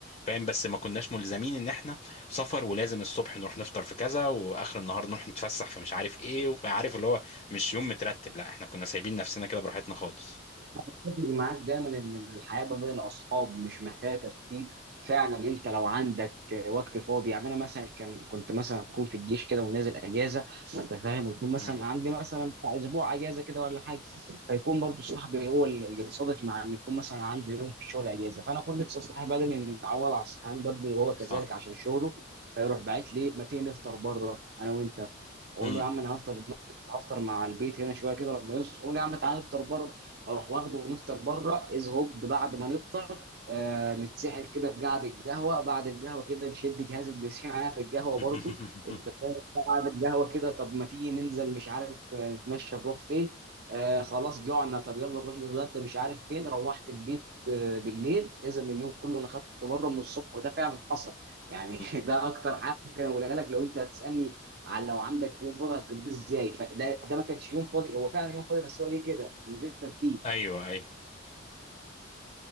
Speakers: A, on the left (about 30°); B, on the right (about 55°).
A: فاهم بس ما كناش ملزمين ان احنا سفر ولازم الصبح نروح نفطر في كذا واخر النهار نروح نتفسح في مش عارف ايه وعارف اللي هو مش يوم مترتب لا احنا كنا سايبين نفسنا كده براحتنا خالص
B: اتفق معاك دايما ان الحياه ما بين الاصحاب مش محتاجه ترتيب فعلا انت لو عندك وقت فاضي يعني انا مثلا كان كنت مثلا اكون في الجيش كده ونازل اجازه انت فاهم ويكون مثلا
A: مم.
B: عندي مثلا بتاع اسبوع اجازه كده ولا حاجه فيكون برضو صاحبي هو اللي يتصادف مع ان يكون مثلا عندي يوم في الشغل اجازه فانا كنت نفسي صاحبي بدل انه متعود على الصحيان بدري وهو كذلك
A: صح
B: عشان شغله فيروح باعت لي ما تيجي نفطر بره انا وانت اقول
A: مم.
B: له يا عم انا هفطر هفطر مع البيت هنا شويه كده لما يصحوا يقول لي يا عم تعالى نفطر بره اروح واخده ونفطر بره از هوب بعد ما نفطر آه نتسحل كده في قعده القهوه بعد القهوه كده نشد جهاز البلاي ستيشن معايا في القهوه
A: <laughs>
B: برضو انت فاهم بعد القهوه كده طب ما تيجي ننزل مش عارف آه، نتمشى نروح فين آه خلاص جوعنا طب يلا نروح نتغدى مش عارف فين روحت البيت آه، بالليل اذا اليوم كله انا خدت بره من الصبح وده فعلا حصل يعني
A: مم.
B: <laughs> ده اكتر حاجه ممكن اقولها لك لو انت هتسالني على لو عندك يوم فاضي هتقضيه ازاي فده ده ما كانش يوم فاضي هو فعلا يوم فاضي بس هو ايه كده من غير ترتيب
A: ايوه ايوه